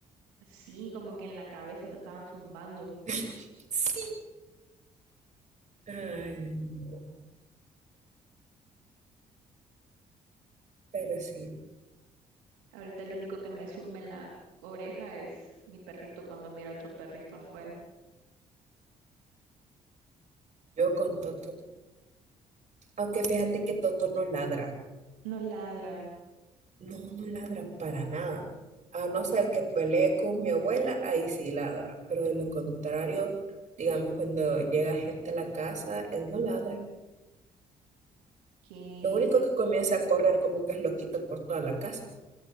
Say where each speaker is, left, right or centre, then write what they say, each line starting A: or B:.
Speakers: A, on the right (about 75°); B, on the right (about 40°).
A: Sí, como que en la cabeza te estaban zumbando.
B: <laughs> Sí. Ay, no. Pero sí,
A: Ahorita lo único que me zumba en la oreja es mi perrito cuando mira a otro perrito afuera.
B: yo con Toto. Aunque fíjate que Toto no ladra.
A: No ladra,
B: No, no ladra para nada. A no ser que pelee con mi abuela, ahí sí ladra. Pero de lo contrario, digamos, cuando llega gente a la casa, él no ladra.
A: que
B: Lo único que comienza a correr como que es loquito por toda la casa.